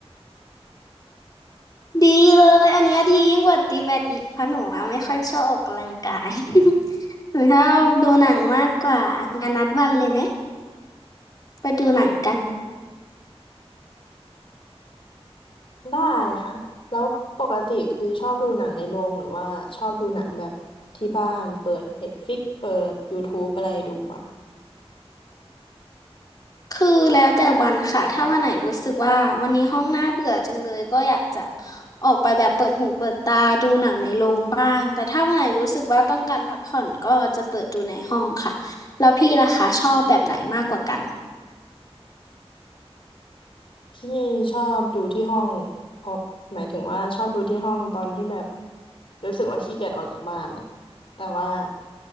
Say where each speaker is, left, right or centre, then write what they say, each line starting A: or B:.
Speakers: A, on the left (about 35°); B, on the left (about 55°).
A: ดีเลยอันเนี้ยดียิ่งกว่าตีแบดอีกเพราะหนูอะไม่ค่อยชอบออกกำลังกาย <laughs> หนูชอบดูหนังมากกว่างานนัดวันเลยไหมไปดูหนังกัน
B: ได้ค่ะแล้วปกติคือชอบดูหนังในโรงหรือว่าชอบดูหนังแบบที่บ้านเปิด Netflix เปิด YouTube อะไรดูอ่ะ
A: คือแล้วแต่วันค่ะ ถ้าวันไหนรู้สึกว่าวันนี้ห้องน่าเบื่อจังเลยก็อยากจะออกไปแบบเปิดหูเปิดตาดูหนังในโรงบ้าง แต่ถ้าวันไหนรู้สึกว่าต้องการพักผ่อนก็จะเปิดดูในห้องค่ะแล้วพี่ล่ะคะชอบแบบไหนมากกว่ากัน
B: ที่ชอบดูที่ห้องเพราะหมายถึงว่าชอบดูที่ห้องตอนที่แบบรู้สึกว่าขี้เกียจออกจากบ้านอะแต่ว่า